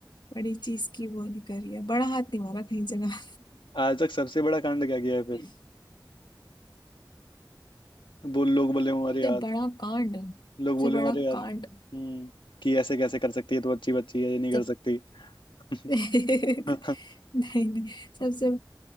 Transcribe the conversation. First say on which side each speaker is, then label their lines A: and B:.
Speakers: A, on the left (about 65°); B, on the left (about 85°).
A: बड़ी चीज की वो नहीं करी है बड़ा हाथ नहीं मारा कहीं जगह
B: आज तक सबसे बड़ा कांड क्या किया है फिर
A: <laughs> सबसे
B: बोल लोग बोले हूँ अरे यार
A: बड़ा कांड सबसे
B: लोग बोले
A: बड़ा
B: हूँ अरे यार
A: कांड
B: हम्म कि ऐसे कैसे कर सकती है तो अच्छी बच्ची है ये नहीं कर
A: जब
B: सकती <laughs>
A: <laughs> नहीं
B: हाँ
A: नहीं सबसे